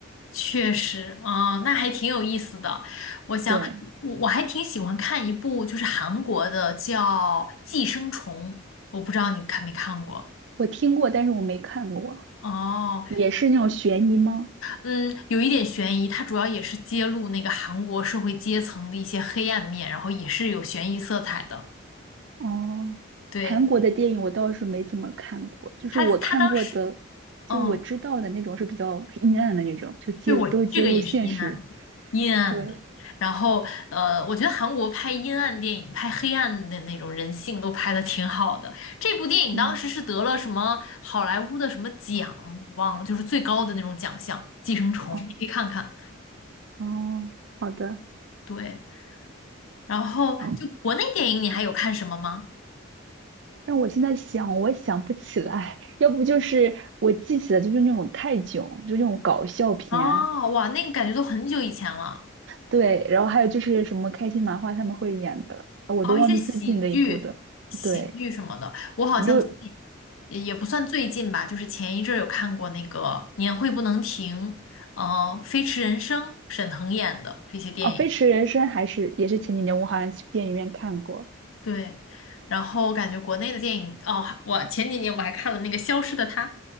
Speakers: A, on the left (about 80°); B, on the right (about 60°).
A: 确实，啊，那还挺有意思的。我想，
B: 对，
A: 我我还挺喜欢看一部就是韩国的叫《寄生虫》，我不知道你看没看过。
B: 我听过，但是我没看过。
A: 哦。
B: 也是那种悬疑吗？
A: 嗯，有一点悬疑，它主要也是揭露那个韩国社会阶层的一些黑暗面，然后也是有悬疑色彩的。
B: 哦，
A: 对，
B: 韩国的电影我倒是没怎么看过，就是我看过的，
A: 他，他当时，嗯，
B: 就我知道的那种是比较阴暗的那种，就揭都揭露现实。
A: 对我这个也是阴暗，阴暗的。
B: 对，
A: 然后，呃，我觉得韩国拍阴暗电影、拍黑暗的那种人性都拍的挺好的。这部电影当时是得了什么好莱坞的什么奖，
B: 嗯，
A: 我忘了，就是最高的那种奖项《寄生虫》，
B: 哦
A: 你可以看看。
B: 哦好的，
A: 对，然后就国内电影，
B: 哦，
A: 你还有看什么吗？
B: 让我现在想，我想不起来，要不就是我记起来就是那种泰囧，就那种搞笑片，
A: 哦，哇，那个感觉都很久以前了。
B: 对，然后还有就是什么开心麻花他们会演的，我都忘记最近的一部的，
A: 哦，一些喜剧、喜剧什么的，
B: 对。
A: 我好像最近
B: 你就
A: 也也不算最近吧，就是前一阵儿有看过那个《年会不能停》，呃，《飞驰人生》，沈腾演的这些电影。
B: 哦，《飞驰人生》还是也是前几年我好像去电影院看过，
A: 对，然后我感觉国内的电影，哦，还我前几年我还看了那个《消失的她》，